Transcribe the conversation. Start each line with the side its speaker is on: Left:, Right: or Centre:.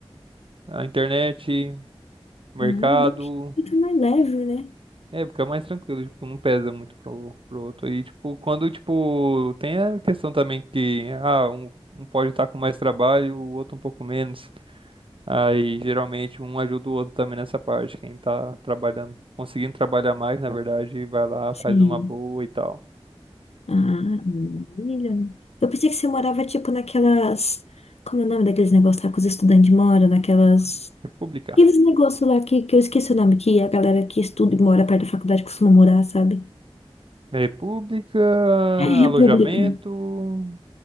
Right: a internet, mercado.
Left: Ah, é bom, fica mais leve, né?
Right: É, fica mais tranquilo, tipo, não pesa muito pro, pro outro. E, tipo, quando, tipo, tem a questão também que, ah, um, um pode estar com mais trabalho, o outro um pouco menos. Aí, geralmente, um ajuda o outro também nessa parte. Quem tá trabalhando, conseguindo trabalhar mais, na verdade, vai lá,
Left: Sim.
Right: faz uma boa e tal.
Left: Ah, maravilha, né? Eu pensei que você morava, tipo, naquelas... Como é o nome daqueles negócios lá que os estudantes moram? Naquelas...
Right: República.
Left: Aqueles negócios lá que, que eu esqueci o nome, que a galera que estuda e mora perto da faculdade costuma morar, sabe?
Right: República,
Left: É República.
Right: alojamento.